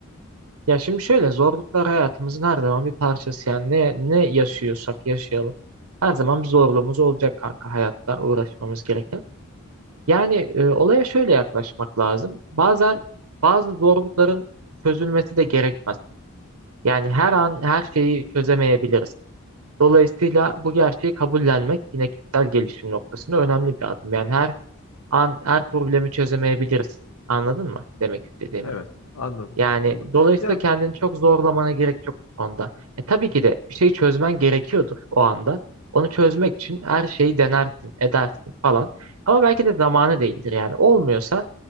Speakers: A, on the right; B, on the left.
A: Ya şimdi şöyle zorluklar hayatımızın her zaman bir parçası yani ne ne yaşıyorsak yaşayalım. Her zaman bir zorluğumuz olacak kanka hayatta uğraşmamız gereken. Yani e, olaya şöyle yaklaşmak lazım. Bazen bazı zorlukların çözülmesi de gerekmez. Yani her an her şeyi çözemeyebiliriz. Dolayısıyla bu gerçeği kabullenmek yine kişisel gelişim noktasında önemli bir adım. Yani her an her problemi çözemeyebiliriz. Anladın mı demek istediğimi?
B: Evet, anladım.
A: Yani
B: Anladım.
A: dolayısıyla
B: Ya
A: kendini çok zorlamana gerek yok bu konuda. E, tabii ki de bir şey çözmen gerekiyordur o anda. Onu çözmek için her şeyi denersin, edersin falan. Ama belki de zamanı değildir yani. Olmuyorsa